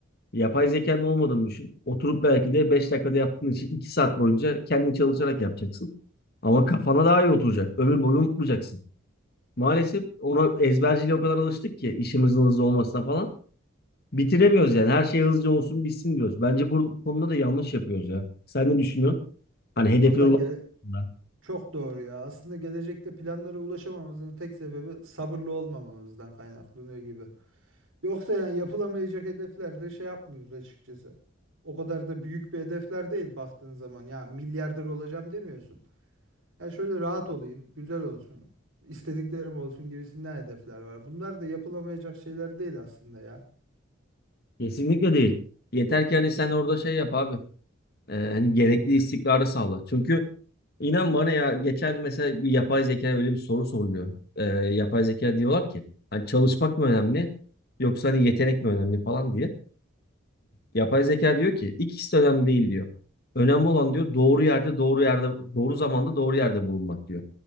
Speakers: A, on the left (about 50°); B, on the right (about 85°).
A: Yapay zekanın olmadığını düşün. Oturup belki de 5 dakikada yaptığın işi 2 saat boyunca kendin çalışarak yapacaksın. Ama kafana daha iyi oturacak. Ömür boyu unutmayacaksın. Maalesef ona ezberciyle o kadar alıştık ki işimizin hızlı olmasına falan bitiremiyoruz yani. Her şey hızlıca olsun bitsin diyoruz. Bence bu konuda da yanlış yapıyoruz ya. Sen ne düşünüyorsun? Hani hedeflere
B: vallahi
A: ulaşmak.
B: gele- çok doğru ya. Aslında gelecekte planlara ulaşamamamızın tek sebebi sabırlı olmamamızdan kaynaklanıyor gibi. Yoksa yani yapılamayacak hedeflerde şey yapmıyoruz açıkçası. O kadar da büyük bir hedefler değil baktığın zaman. Ya milyarder olacağım demiyorsun. Ya şöyle rahat olayım, güzel olsun, istediklerim olsun gibisinden hedefler var. Bunlar da yapılamayacak şeyler değil aslında ya.
A: Kesinlikle değil. Yeter ki hani sen orada şey yap abi. Ee, hani gerekli istikrarı sağla. Çünkü inan bana ya geçen mesela bir yapay zeka öyle bir soru soruluyor. Ee, yapay zeka diyorlar ki hani çalışmak mı önemli yoksa hani yetenek mi önemli falan diye. Yapay zeka diyor ki ikisi de önemli değil diyor. Önemli olan diyor doğru yerde doğru yerde doğru zamanda doğru yerde bulunmak diyor.